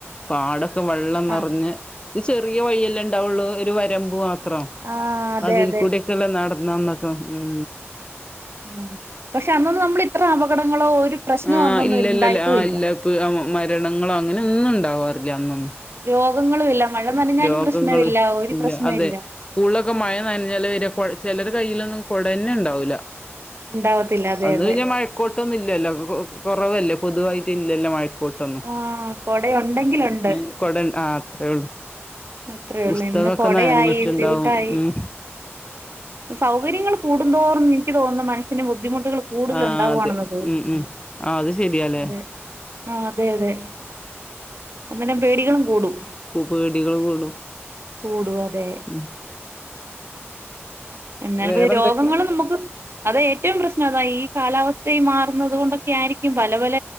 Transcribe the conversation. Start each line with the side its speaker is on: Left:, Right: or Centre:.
Left: പാടൊക്കെ വെള്ളം നിറഞ്ഞ്
Right: ആഹ്
Left: ചെറിയ വയ്യല്ലേ ഇണ്ടാവോള്ളൂ ഒരു വരമ്പ് മാത്രം.
Right: ആഹ് അതെ
Left: അതിൽ
Right: അതെ
Left: കൂടെക്കല്ലേ നടന്ന് ന്നന്നൊക്കെ, ഉം
Right: ഉം. പക്ഷെ അന്നൊന്ന് നമ്മൾ ഇത്ര അപകടങ്ങളോ ഒരു പ്രശ്നോ
Left: ആഹ്
Right: അന്നൊന്നും
Left: ഇല്ല
Right: ഉണ്ടായിട്ടും
Left: ഇല്ലല്ല ആ ഇല്ല ഇപ്പ, മരണങ്ങളോ അങ്ങനെ ന്നും ണ്ടാവാറി ല്ല അന്നൊന്നും.
Right: രോഗങ്ങളും ഇല്ല. മഴ നനഞ്ഞാലും
Left: രോഗങ്ങള്
Right: പ്രശ്നമില്ല ഒരു
Left: ഇല്ല,
Right: പ്രശ്നമില്ല
Left: അതെ സ്കൂളിലൊക്കെ മഴ നനഞ്ഞല്ലെ വരാ കൊ ചെലരെ കയ്യിലൊന്നും കൊട ന്നെ ണ്ടാവൂല
Right: ഉണ്ടാവത്തില്ല അതെ
Left: അന്ന്
Right: അതെ
Left: പിന്നെ മഴക്കോട്ടൊന്നും ഇല്ലല്ലോ? കൊറവല്ലേ, പൊതുവായിട്ട് ഇല്ലല്ലോ മഴക്കോട്ട് കോട്ടൊന്നും.
Right: ആഹ് കൊട ഉണ്ടെങ്കിലുണ്ട്
Left: ഉം കൊടആ അത്രേ ഉള്ളു.
Right: അത്രയേ
Left: ബുസ്തകൊക്കെ
Right: ഉള്ളൂ ഇന്ന് കൊടയായി
Left: നനഞ്ഞിട്ടുണ്ടാവും,
Right: സ്യൂട്ടായി
Left: ഉം.
Right: സൗകര്യങ്ങൾ കൂടും തോറും എനിക്ക് തോന്നുന്നു, മനസ്സിന് ബുദ്ധിമുട്ട് കൂടുതൽ
Left: ആ
Right: ഉണ്ടാവാണെന്ന
Left: അതെ
Right: തോന്നുന്നത്.
Left: ഉം ഉം ആ അത് ശരിയാല്ലേ
Right: അതെ ആ അതെ അതെ അങ്ങനെ പേടികളും കൂടും.
Left: പ്പൊ പേടികൾ കൂടും.
Right: കൂടും അതെ.
Left: ഉം
Right: എന്നാലും
Left: വേറെന്തൊക്കെ
Right: രോഗങ്ങള് നമുക്ക് അത ഏ ഏറ്റവും പ്രശ്നം അതാ. ഈ കാലാവസ്ഥയി മാറുന്നത് കൊണ്ടൊക്കെ ആയിരിക്കും പല പല